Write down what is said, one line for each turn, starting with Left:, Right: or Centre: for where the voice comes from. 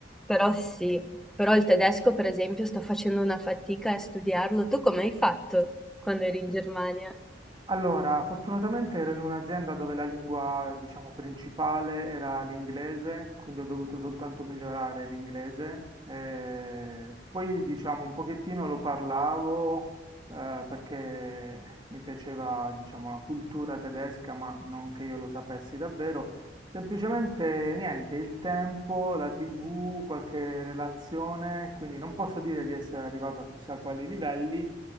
Centre: Però sì, però il tedesco per esempio sto facendo una fatica a studiarlo. Tu come hai fatto quando eri in Germania?
Right: Allora, fortunatamente ero in un'azienda dove la lingua, diciamo, principale era l'inglese, quindi ho dovuto soltanto migliorare l'inglese. Eh, poi, diciamo, un pochettino lo parlavo, eh, perché mi piaceva, diciamo, la cultura tedesca, ma non che io lo sapessi davvero. Semplicemente niente, il tempo, la TV, qualche relazione, quindi non posso dire di essere arrivato a chissà quali livelli.